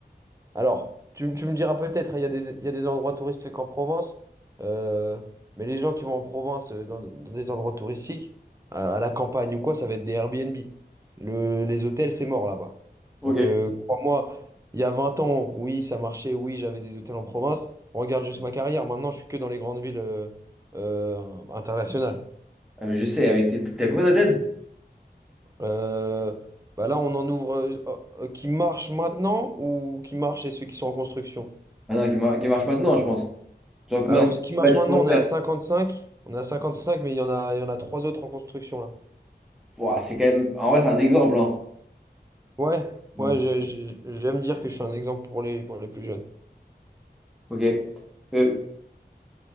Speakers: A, on the right (about 20°); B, in the centre.
A: Alors, tu, tu me diras peut-être, il y a des, il y a des endroits touristiques en Provence, euh, mais les gens qui vont en province, euh, dans, dans des endroits touristiques, à, à la campagne ou quoi, ça va être des Airbnb. Le- les hôtels, c'est mort là-bas.
B: Ok.
A: Donc, euh, crois-moi, il y a 20 ans, oui, ça marchait, oui, j'avais des hôtels en province. Regarde juste ma carrière, maintenant, je suis que dans les grandes villes euh, euh, internationales.
B: Ah mais je sais, avec tes... T'as combien d'hôtels?
A: Euh, bah là, on en ouvre euh, euh, qui marchent maintenant ou qui marchent et ceux qui sont en construction?
B: Ah non, qui, mar- qui marchent maintenant, je pense. Genre combien
A: Alors,
B: de
A: ce qui marche
B: bâtiments
A: maintenant, on
B: verts?
A: est à 55. On est à 55, mais il y en a, il y en a trois autres en construction là.
B: Ouah, c'est quand même... En vrai, c'est un exemple, hein.
A: Ouais,
B: Donc,
A: ouais, j'ai- j'ai- j'aime dire que je suis un exemple pour les, pour les plus jeunes.
B: ok. Euh,